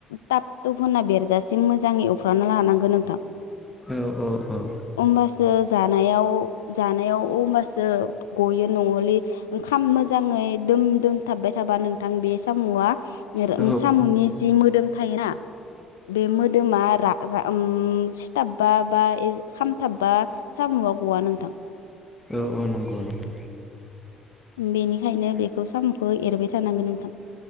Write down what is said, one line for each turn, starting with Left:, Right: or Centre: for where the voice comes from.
Left: टाब थुब होनना बेरजासिम मोजां एवफ्रामना लानांगौ नोंथां
Centre: औ औ औ
Left: ओमबा ओ जानायाव जानायाव ओमबासो गयो नहलि खाम मोजाङै दोम दोनथाबबाय थाबा नोंथां बे साम'आ
Centre: औ
Left: साम'नि जि मोदोम थायोना बे मोदोमा रा-रा उम सिथाब बा-बा ए खामथाबबा साम'आ गवा नोंथां
Centre: औ औ नंगौ नंगौ
Left: बेनिखायनो बेखौ साम' खौ एरबाय थानांगो नोंथां